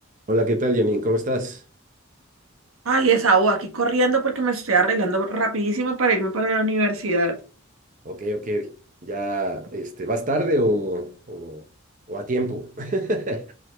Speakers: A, on the right (about 40°); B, on the right (about 80°).
A: Hola, ¿qué tal, Janine? ¿Cómo estás?
B: Ay, esa O, aquí corriendo porque me estoy arreglando rapidísimo para irme para la universidad.
A: Ok, ok. ¿Ya este, vas tarde o, o- o a tiempo? <laughs>